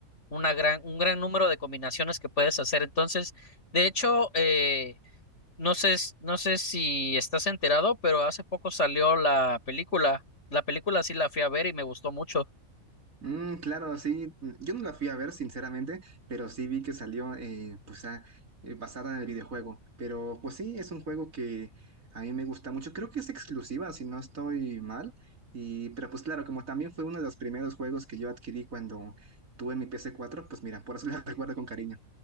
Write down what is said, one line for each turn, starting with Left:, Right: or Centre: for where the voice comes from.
Left: una gran, un gran número de combinaciones que puedes hacer. Entonces, de hecho, eh, No sé, s- no sé si estás enterado, pero hace poco salió la película. La película sí la fui a ver y me gustó mucho.
Right: Mm, claro, sí. Mm, Yo no la fui a ver, sinceramente, pero sí vi que salió eh, pues, ah, eh, basada en el videojuego. Pero pues sí, es un juego que a mí me gusta mucho. Creo que es exclusiva, si no estoy mal. Y, pero pues claro, como también fue uno de los primeros juegos que yo adquirí cuando tuve mi ps cuatro, pues mira, por eso la <laughs> recuerdo con cariño.